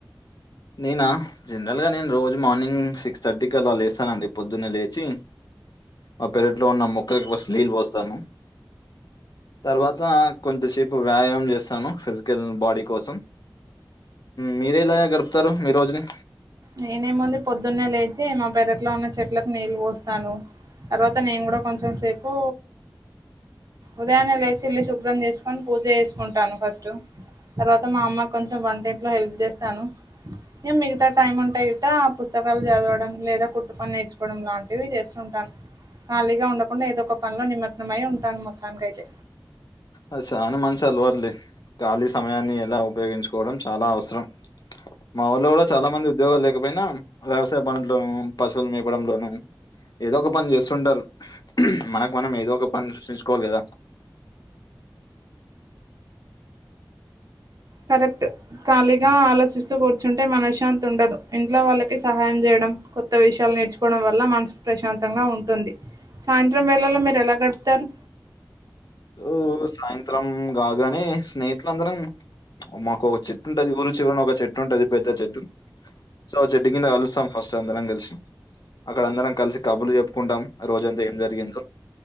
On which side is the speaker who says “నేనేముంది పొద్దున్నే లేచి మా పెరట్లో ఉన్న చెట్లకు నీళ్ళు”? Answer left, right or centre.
Right